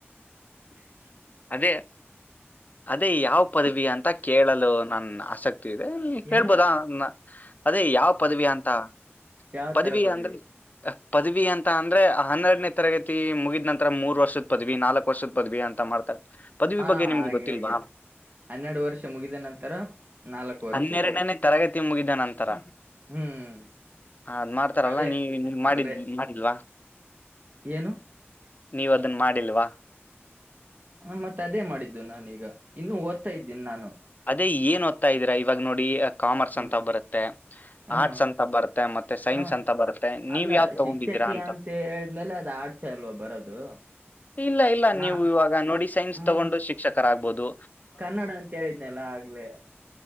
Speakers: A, on the right; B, on the left.
A: <inaudible>
B: ಅದೇ ಅದೇ ಯಾವ್ ಪದವಿ ಅಂತ ಕೇಳಲು ನನ್ನನ್ ಆಸಕ್ತಿ ದೆ ಕೇಳ್ಬೋದ
A: ಏನು
B: ಅದೇ ಯಾವ ಪದವಿ ಅಂತ
A: ಯಾವ
B: ಪದವಿಯ
A: ತರ ಪದವಿ
B: ಅಂದ್ರೆ ಪದವಿ ಅಂತ ಅಂದ್ರೆ ಹನ್ನೆಡ್ ವನ್ನೆ ತರಗತಿ ಮುಗಿದ್ಂತ ಮೂರು ವರ್ಷದ ಪದವಿ ನಾಲ್ಕು ಪಸ ಪದವಿ ಅಂತ ಮಾಡ್ತಾರೆ ಪದವಿ
A: ಹಾ
B: ಬಗ್ಗೆ ನಿಮ್ಗೆ
A: ಹಾಗೆ
B: ಗೊತ್ತಿಲ್ವಾ
A: ಹಾಗೆ ಹನ್ನೆರಡು ವರ್ಷ ಮುಗಿದ ನಂತರ ನಾಲ್ಕು ವರ್ಷದ್ದು
B: ಹನ್ನೆರಡನೆೇ ತರಗತಿ ಮುಗಿದ ನಂತರ
A: ಹ್ಮ್
B: ಹ ಅದ್ ಮಾಡ್ತಾರಲ್ಲ
A: ಅದೇ
B: ನೀ ನೀ ಮಾಡಿದ್
A: ಅದೇ
B: ಮಾಡಿಲ್ವಾ
A: ಏನು
B: ನೀವ ಅದನ್ ಮಾಡಿಲ್ವಾ
A: ಹ ಮತ್ತೆ ಅದೇ ಮಾಡಿದ್ದು ನಾನೀಗ ಇನ್ನು ಓದ್ತಾ ಇದ್ದೀನಿ ನಾನು
B: ಅದೆ ಏನ್ ಓದತಾ ಇದಿರಾ ಇವಾಗ ನೋಡಿ ಕಾಮರ್ಸ್
A: ಹ್ಮ್
B: ಅಂತ ಬರುತ್ತೆ
A: ಹಾ
B: ಆರ್ಟ್ಸ್ ಅಂತ ಬರುತ್ತೆ ಮತ್ತೆ ಸೈನ್ಸ್
A: ಹಾ
B: ಅಂತ ಬರುತ್ತೆ ನೀವ್
A: ಅಲ್ಲ
B: ಯಾವ ತಗೊಂಡಿದೀರಾ
A: ಶಿಕ್ಷಕಿ
B: ಅಂತ
A: ಹೇಳಿದ್ಮೇಲೆ ಅದು ಆರ್ಟ್ಸ್ ಅಲ್ವಾ ಬರೋದು
B: ಇಲ್ಲ ಇಲ್ಲ
A: ನಾ
B: ನೀವು ಇವಾಗ ನೋಡಿ ಸೈನ್ಸ್
A: ಹ್ಮ್
B: ತಗೊಂಡು ಶಿಕ್ಷಕ ಕ ಆಗ್ಬಹದು
A: ಕನ್ನಡ ಅಂತ ಹೇಳಿದ್ನಲ್ಲ ಆಗ್ಲೆೇ